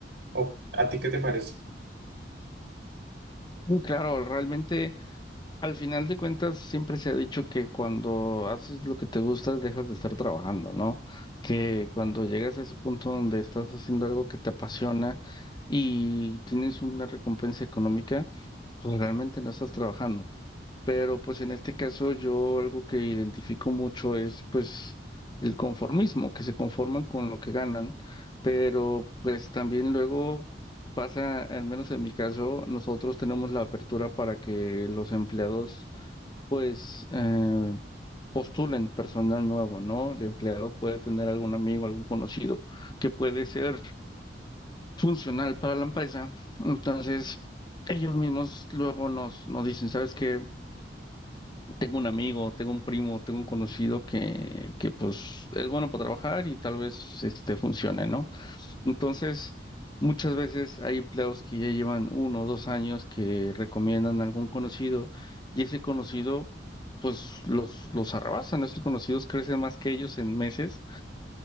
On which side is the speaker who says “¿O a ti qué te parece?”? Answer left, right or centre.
Right